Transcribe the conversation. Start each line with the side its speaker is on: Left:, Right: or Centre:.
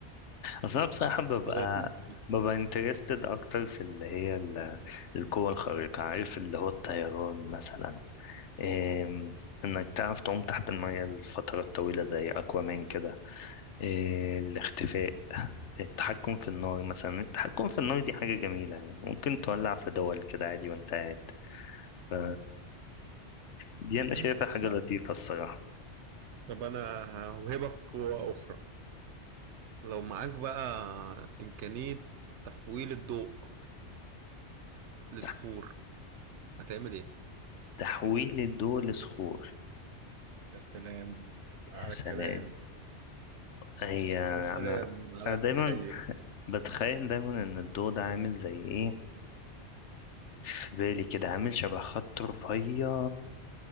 Left: أصل أنا بصراحة ببقى
Right: طب يا سيدي
Left: ببقى انترستد أكتر في اللي هي ال- القوة الخارقة عارف اللي هو الطيران مثلا إيه إنك تعرف تعوم تحت المية لفترات طويلة زي أكوامان كده إيه الاختفاء التحكم في النار مثلا التحكم في النار دي حاجة جميلة يعني ممكن تولع في دول كده عادي وانت قاعد ف- دي أنا شايفها
Right: <laughs>
Left: حاجة لطيفة الصراحة
Right: طب أنا هوهبك قوة أخرى لو معاك بقى إمكانية تحويل الضوء لصخور
Left: تح-
Right: هتعمل إيه؟
Left: تحويل الضوء لصخور
Right: يا سلام على
Left: يا سلام
Right: الكلام
Left: هي
Right: يا سلام
Left: أنا
Right: على
Left: أنا
Right: التخيل
Left: دايما بتخيل دايما إن الضوء ده عامل زي إيه في بالي كده عامل شبه خط رفيع